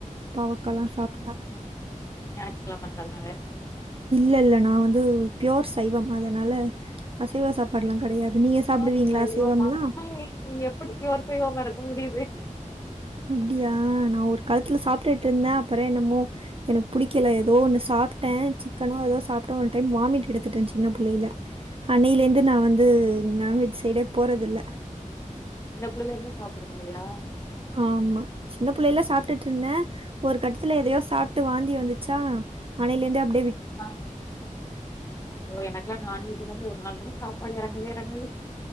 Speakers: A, on the right; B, on the left.
A: பாவக்காலாம் சாப்ட்டா
B: ஞாற்றுக்கெலமண்றதுனால
A: இல்ல இல்ல நான் வந்து பியோர் சைவம் அதனால அசைவ சாப்பாடுலாம் கிடையாது. நீங்க
B: பியோர்
A: சாப்பிடுவீங்களா
B: சைவமா
A: அசைவம்லாம்?
B: ஆஹ் இது எப்படி பியோர் சைவமா இருக்க முடியுது
A: அப்டியா நா ஒரு காலத்துல சாப்ட்டுட்டு இருந்தன் அப்புறம் என்னமோ எனக்கு புடிக்கல ஏதோ ஒன்னு சாப்ட்டன் ச கனோ ஏதோ சாப்ட்டன் ஒன் டைம் வாமிட் எடுத்துட்டன் சின்ன புள்ளையில அன்னையில இருந்து நான் வந்து நான்வெஜ் சைடே போறதுல்ல
B: சின்ன புள்ளையில இருந்தே சாப்டுறது இல்லையா
A: ஆமா சின்ன பிள்ளைல சாப்ட்டுட்டு இருந்தன் ஒரு கட்டத்துல எதையோ சாப்ட்டு வாந்தி வந்துச்சா அனைலிருந்தே அப்டி
B: ஆஹ் யோ எனக்கு லான் நான்வெஜ் இல்லாம ஒரு நாள் கூட சாப்பாடு எறங்கவே எறங்காது